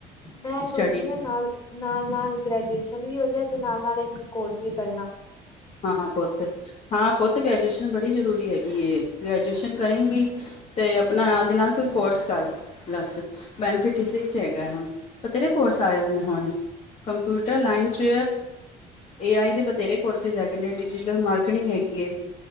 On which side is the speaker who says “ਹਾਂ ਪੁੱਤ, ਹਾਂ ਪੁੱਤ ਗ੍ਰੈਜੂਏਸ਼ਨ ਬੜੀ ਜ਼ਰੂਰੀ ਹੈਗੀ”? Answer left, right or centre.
Left